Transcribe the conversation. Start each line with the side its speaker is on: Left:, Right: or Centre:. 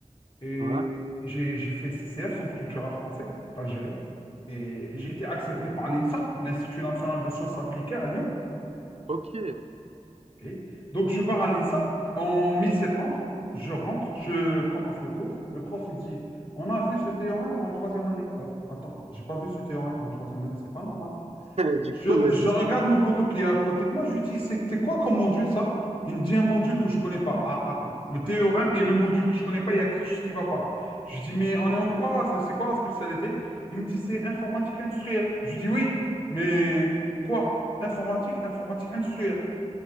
Left: Et
Right: Ouais.
Left: j'ai j'ai fait CCF, Centre culturel français d'Algérie. Et
Right: Mhm.
Left: j'ai été accepté par l'INSA, l'Institut national de sciences appliquées à Lyon.
Right: Ok.
Left: Ok. Donc je pars à l'INSA en mi-septembre. Je rentre, je commence le cours. Le prof il dit, on a vu ce théorème en troisième année. Ah, attends, j'ai pas vu ce théorème en troisième année, c'est pas normal.
Right: <laughs> Du
Left: Je,
Right: coup, ouais,
Left: je
Right: c'est...
Left: regarde mon poteau qui est à côté de moi, je lui dis, c'est c'est quoi comme module ça? Il me dit un module que je connais pas. Ah, attends, le théorème et le module que je connais pas, il y a quelque chose qui va pas. Je lui dis, mais on est en quoi? C'est quoi la spécialité? Il me dit, c'est informatique industrielle. Je lui dis, oui, mais quoi? Informatique, informatique industrielle.